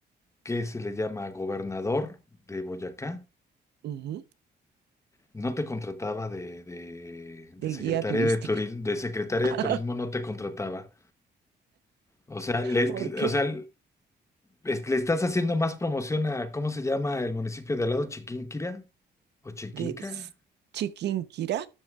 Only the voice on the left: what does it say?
¿qué se le llama? Gobernador de Boyacá,
no te contrataba de, de, de
secretaria
de turismo, de secretaria
de turismo no te contrataba, O sea, le,
o sea, es- le estás haciendo más promoción a, ¿cómo se llama el municipio de al lado? ¿Chiquinquirá? ¿O Chiquinca?